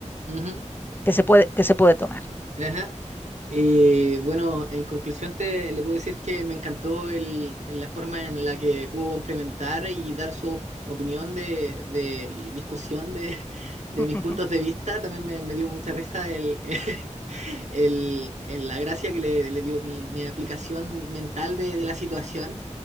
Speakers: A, on the right (about 65°); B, on the left (about 15°).
A: ujú,
B: que se puede, que se puede tomar.
A: ajá. Eh, bueno, en conclusión te le puedo decir que me encantó el, la forma en la que pudo complementar y dar su op- opinión de, de- y discusión de, <laughs> de
B: <laughs>
A: mis puntos de vista. También me, me dio mucha risa el, <laughs> el- el- la gracia que le, le dio mi, mi aplicación mental de, de la situación.